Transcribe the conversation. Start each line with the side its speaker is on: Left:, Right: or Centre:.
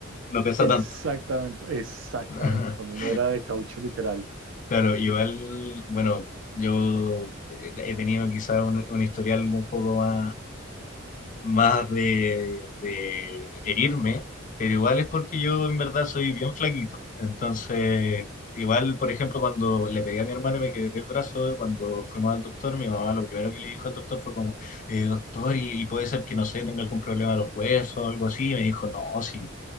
Left: no pesa
Right: Exactamente,
Left: tanto.
Right: exactamente.
Left: <laughs>
Right: Cuando uno era de caucho literal.
Left: Claro, igual, bueno, yo he tenido quizás un, un historial un poco más más de, de herirme, pero igual es porque yo en verdad soy bien flaquito. Entonces, igual, por ejemplo, cuando le pegué a mi hermano y me quebré el brazo, cuando fuimos al doctor, mi mamá lo primero que le dijo al doctor fue como, eh, doctor, y, y puede ser que, no sé, tenga algún problema de los huesos o algo así. Y me dijo, no, sí,